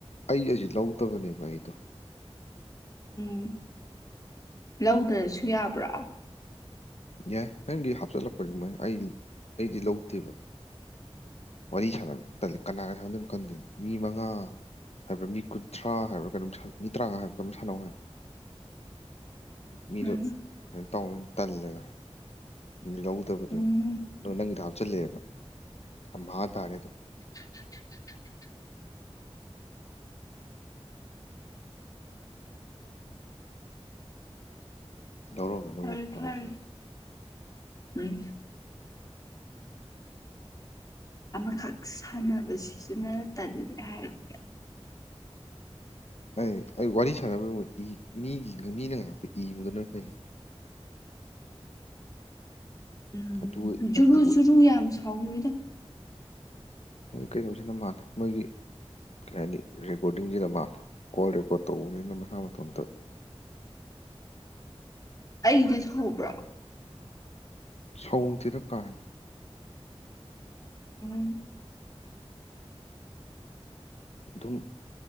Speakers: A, on the left (about 80°); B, on the left (about 35°).
A: ꯑꯩ ꯑꯁꯤ ꯂꯧꯗꯕꯅꯦꯕ ꯑꯩꯗꯣ꯫
B: ꯎꯝ ꯂꯧꯗ꯭ꯔꯁꯨ ꯌꯥꯕ꯭ꯔꯥ꯫
A: ꯌꯥꯏ ꯅꯪꯒꯤ ꯍꯥꯞꯆꯤꯜꯂꯛꯄꯅꯤ ꯃꯣꯏ ꯑꯩ ꯑꯩꯗꯤ ꯂꯧꯗꯦꯕ ꯋꯥꯔꯤ ꯁꯥꯟꯅꯅꯕ ꯇꯜꯂꯦ ꯀꯅꯥꯒ ꯁꯥꯟꯅꯗꯣꯏꯅꯣ ꯈꯪꯗꯦ ꯃꯤ ꯃꯉꯥ ꯍꯥꯏꯕ꯭ꯔꯥ ꯃꯤ ꯀꯨꯟꯊ꯭ꯔꯥ ꯍꯥꯏꯕ꯭ꯔꯥ ꯀꯩꯅꯣꯝ ꯃꯤ ꯇꯔꯥꯉꯥ ꯍꯥꯏꯕ꯭ꯔꯥ ꯀꯩꯅꯣꯝ ꯁꯥꯟꯅꯧ ꯍꯥꯏꯕ ꯃꯤꯗꯣ
B: ꯎꯝ
A: ꯀꯩꯅꯣ ꯇꯧꯅꯤ ꯇꯜꯂꯦꯗ ꯗꯤ ꯂꯧꯗꯕꯅꯦꯕ
B: ꯎꯝ
A: ꯑꯗꯣ ꯅꯪꯒꯤꯗ ꯍꯥꯞꯆꯤꯜꯂꯛꯑꯦꯕ ꯑꯝꯍꯥ ꯇꯥꯔꯦ ꯑꯗꯨꯝ ꯫
B: <unintelligible>
A: <unintelligible>
B: ꯐꯔꯦ
A: ꯐꯒꯗꯝꯅꯤ꯫
B: ꯐꯔꯦ ꯎꯝ꯫ ꯑꯃꯈꯛ ꯁꯥꯟꯅꯕꯁꯤꯁꯨꯅ ꯇꯜꯂꯦ ꯍꯥꯏꯔꯗꯤ
A: ꯑꯩ ꯑꯩ ꯋꯥꯔꯤ ꯁꯥꯟꯅꯕꯒꯤ ꯃꯍꯨꯠ ꯃꯤꯅ ꯉꯥꯛꯄ ꯏꯕꯗꯨꯅ ꯐꯩ꯫
B: ꯎꯝ
A: ꯑꯗꯨ
B: ꯖꯨꯔꯨ
A: ꯑꯗꯨ ꯑꯣꯏ
B: -ꯖꯨꯔꯨ ꯌꯥꯝ ꯁꯧ ꯊꯥꯎꯗ
A: ꯃꯣꯏ ꯀꯩꯅꯣꯁꯤꯅ ꯃꯥꯜꯂꯦ ꯃꯣꯏꯒꯤ ꯀꯩ ꯍꯥꯏꯅꯤ ꯔꯦꯀꯣꯔꯗꯤꯡꯁꯤꯅ ꯃꯥꯜꯂꯦ ꯀꯣꯜ ꯔꯦꯀꯣꯔꯠ ꯇꯧꯕꯅꯤꯅ ꯃꯁꯥ ꯃꯇꯣꯟꯇ
B: ꯑꯩꯗꯤ ꯁꯧꯕ꯭ꯔꯥ?
A: ꯁꯧꯁꯤꯔ ꯀꯥꯟ
B: ꯎꯝ꯫
A: ꯑꯗꯨꯝ